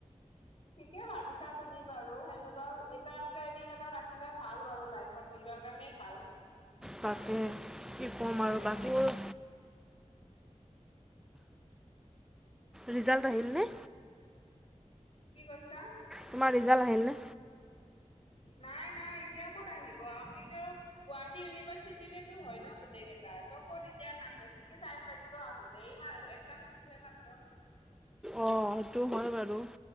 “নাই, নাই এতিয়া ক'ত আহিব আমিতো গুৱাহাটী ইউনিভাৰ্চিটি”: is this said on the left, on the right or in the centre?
Left